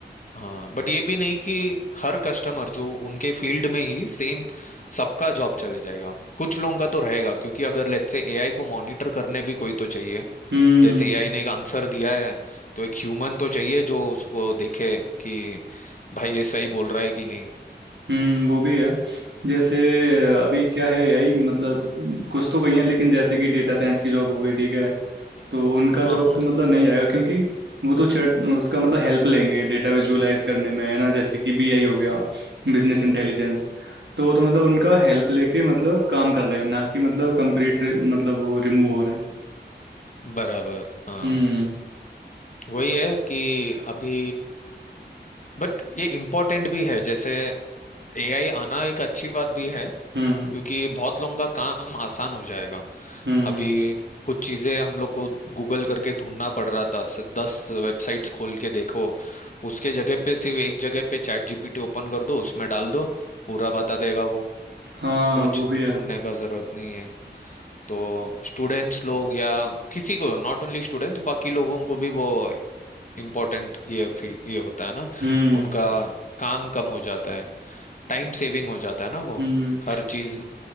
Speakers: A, on the left; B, on the right.
A: हाँ बट ये भी नहीं कि हर कस्टमर जो उनके फील्ड में ही सेम सबका जॉब चले जाएगा कुछ लोगों का तो रहेगा क्योंकि अगर लेट्स से एआई को मॉनिटर करने भी कोई तो चाहिए
B: हम्म
A: जैसे एआई ने एक आंसर दिया है तो एक ह्यूमन तो चाहिए जो उसको देखे कि भाई ये सही बोल रहा है कि नहीं
B: हम्म वो भी है जैसे अभी क्या है यही मतलब कुछ तो कही है लेकिन जैसे कि डेटा साइंस की जॉब हो गई ठीक है तो उनका
A: हाँ
B: जॉब तो मतलब नहीं आएगा क्योंकि वो तो चैट उसका मतलब हेल्प लेंगे डेटा विजुअलाइज करने में है ना जैसे कि बीआई हो गया बिजनेस इंटेलिजेंस तो वो तो मतलब उनका हेल्प लेके मतलब काम कर रहे हैं ना कि मतलब कंप्लीट मतलब वो रिमूव हो रहा है
A: बराबर हाँ
B: हम्म
A: वही है कि अभी बट ये इम्पोर्टेंट भी है जैसे एआई आना एक अच्छी बात भी है
B: हम्म
A: क्योंकि बहुत लोगों का काम आसान हो जाएगा
B: हम्म
A: अभी कुछ चीजें हम लोग को गूगल करके ढूंढना पड़ रहा था स- दस वेबसाइट्स खोल के देखो उसके जगह पे सिर्फ एक जगह पे चैट जीपीटी ओपन कर दो उसमें डाल दो पूरा बता देगा वो
B: हाँ
A: कुछ
B: वो भी है
A: ढूंढने का जरूरत नहीं है तो स्टूडेंट्स लोग या किसी को नॉट ओनली स्टूडेंट्स बाकी लोगों को भी वो इम्पोर्टेंट ये फी- ये होता है ना
B: हम्म
A: उनका काम कम हो जाता है टाइम सेविंग हो जाता है ना वो
B: हम्म
A: हर चीज